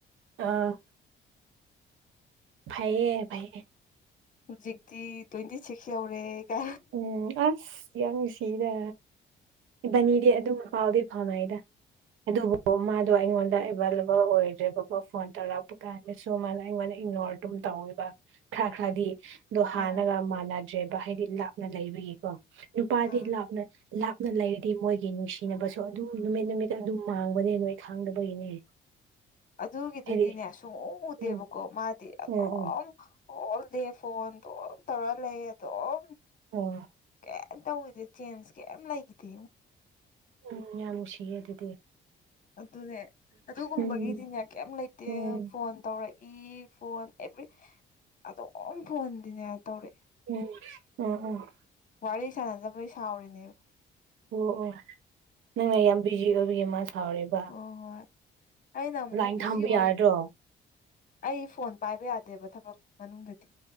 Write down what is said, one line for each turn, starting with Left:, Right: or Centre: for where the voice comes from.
Right: ꯑꯥ ꯐꯥꯏꯌꯦ ꯐꯩ ꯐꯩ
Left: ꯍꯧꯖꯤꯛꯇꯤ ꯇ꯭ꯋꯦꯟꯇꯤ ꯁꯤꯛꯁ ꯌꯧꯔꯦ ꯀ
Right: ꯎꯝ ꯑꯁ ꯌꯥꯉ ꯁꯤꯗ ꯏꯕꯥꯅꯤꯗꯤ ꯑꯗꯨꯝ ꯄꯥꯎꯗꯤ ꯐꯥꯉꯩꯗ ꯑꯗꯨꯕꯨ ꯃꯥꯗꯣ ꯑꯩꯉꯣꯟꯗ ꯑꯦꯕꯥꯏꯂꯦꯕꯜ ꯑꯣꯏꯗ꯭ꯔꯦꯕꯀꯣ ꯐꯣꯟ ꯇꯧꯔꯛꯄ ꯀꯥꯟꯗꯁꯨ ꯃꯥꯗꯣ ꯑꯩꯉꯣꯟꯗ ꯏꯅꯣꯔ ꯑꯗꯨꯝ ꯇꯧꯋꯦꯕ ꯈꯔ ꯈꯔꯗꯤ ꯑꯗꯣ ꯍꯥꯟꯅꯒ
Left: ꯑꯥ
Right: ꯃꯥꯟꯅꯗ꯭ꯔꯦꯕ ꯍꯥꯏꯗꯤ ꯂꯥꯞꯅ ꯂꯩꯕꯒꯤꯀꯣ ꯅꯨꯄꯥꯗꯤ
Left: ꯑꯥ
Right: ꯂꯥꯞꯅꯥꯞ ꯅ ꯂꯩꯔꯗꯤ ꯃꯣꯏꯒꯤ ꯅꯨꯡꯁꯤꯅꯕꯁꯨ ꯑꯗꯨꯝ ꯅꯨꯃꯤꯠ ꯅꯨꯃꯤꯠ ꯑꯗꯨꯝ ꯃꯥꯡꯕꯅꯦ ꯅꯣꯏ ꯈꯥꯡꯗꯕꯒꯤꯅꯦ
Left: ꯑꯗꯨꯒꯤꯗꯨꯗꯤꯅꯦ
Right: ꯍꯥꯏꯗꯤ
Left: ꯁꯨꯡꯎ ꯎꯗꯦꯕꯀꯣ
Right: ꯎꯝ
Left: ꯃꯥꯗꯤ ꯑꯗꯨꯝ
Right: ꯑꯣ ꯑꯣ
Left: ꯑꯣꯜ ꯗꯦ ꯐꯣꯟ ꯑꯗꯨꯝ ꯇꯧꯔ ꯂꯩ ꯑꯗꯨꯝ
Right: ꯑꯣ
Left: ꯀꯩꯝ ꯇꯧꯋꯗꯦ ꯆꯦꯟꯖ ꯀꯩꯝ ꯂꯩꯈꯤꯗꯦ
Right: ꯎꯝ ꯌꯥꯝ ꯅꯨꯡꯁꯤꯌꯦꯦ ꯑꯗꯨꯗꯤ
Left: ꯑꯗꯨ ꯑꯗꯨꯅꯦ ꯑꯗꯨ ꯨꯝꯕꯒꯤ
Right: ꯎꯝ
Left: ꯗꯤꯅꯤꯌꯥ ꯀꯌꯥꯝ ꯂꯩꯇꯦ
Right: ꯎꯝ
Left: ꯐꯣꯟ ꯇꯧꯔꯛꯏ ꯐꯣꯟ ꯑꯦꯕ꯭ꯔꯤ ꯑꯗꯨꯝ ꯐꯣꯟꯍꯗꯤꯅꯦ ꯇꯧꯔꯛꯑꯦ
Right: ꯎꯝ ꯎꯝ ꯎꯝ
Left: ꯋꯥꯔꯤ ꯁꯥꯟꯅꯖꯕꯩ ꯁꯥꯎꯔꯤꯅꯦꯕ
Right: ꯑꯣ ꯑꯣ ꯅꯪꯅ ꯌꯥꯝ ꯕꯤꯖꯤ ꯑꯣꯏꯕꯒꯤ ꯃꯥ ꯁꯥꯎꯔꯤꯕ
Left: ꯑꯣ ꯍꯣꯏ ꯑꯩꯅ ꯑꯃꯨꯛ
Right: ꯂꯥꯏꯟ
Left: ꯕꯤꯖꯤ
Right: ꯊꯝꯕ
Left: ꯑꯣꯏ
Right: ꯌꯥꯔꯗ꯭ꯔꯣ
Left: ꯑꯩ ꯐꯣꯟ ꯄꯥꯏꯕ ꯌꯥꯗꯦꯕ ꯊꯕꯛ ꯃꯅꯨꯡꯗꯗꯤ